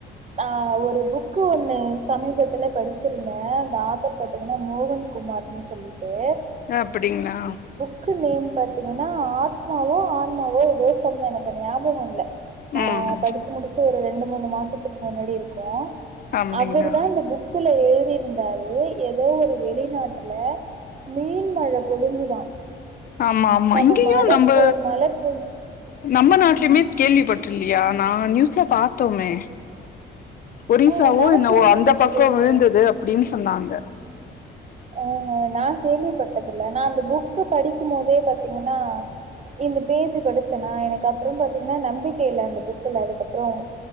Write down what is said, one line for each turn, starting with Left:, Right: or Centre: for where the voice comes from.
Right: ஆ ஒரு புக் க்கு ஒன்னு சமீபத்துல படிச்சிருந்தே அந்த ஆதர் பாத்தீங்கன்னா மோகன் குமார்ன்னு சொல்லி ட்டு
Left: அப்டிங்களா
Right: புக் நேம் பாத்தீங்கன்னா ஆத்மாவோ ஆன்மாவோ ஏதோ செம்ம எனக்கு ஞாபக இல்ல நா
Left: ம்
Right: படிச்சு முடிச்சு ஒரு ரெண்டு மூணு மாசத்துக்கு முன்னாடி இருக்கு
Left: அப்டிங்களா
Right: அவர் தா இந்த புக்குல எழுதிருந்தாரு ஏதோ ஒரு வெளிநாட்டுல மீன் மழை பொழிஞ்சுதா
Left: ஆமா ஆமா
Right: நம்ம
Left: இங்கேயு
Right: மழ
Left: நம்ப
Right: பொ மழ பொழு
Left: நம்ம நாட்டுலயுமே
Right: ம்
Left: கேள்விப்பட்டுல்லியா நாங்க நியூஸ்ல பாத்தோமே ஒரிசாவோ?
Right: ஏ நா
Left: என்னவோ?
Right: கேள்விப்பட்டதே
Left: அந்த பக்கம்
Right: கெடையாது
Left: விழுந்தது அப்டின்னு சொன்னாங்க!
Right: ஹூ ஹூ நா கேள்விப்பட்டதில்ல நா அந்த புக்கு படிக்கும் போதே பாத்தீங்கன்னா இந்த பேஜு படிச்சன்னா எனக்கு அப்பறோ பாத்தீங்கன்னா நம்பிக்கை இல்ல அந்த புக்குல அதுக்கப்பறம்..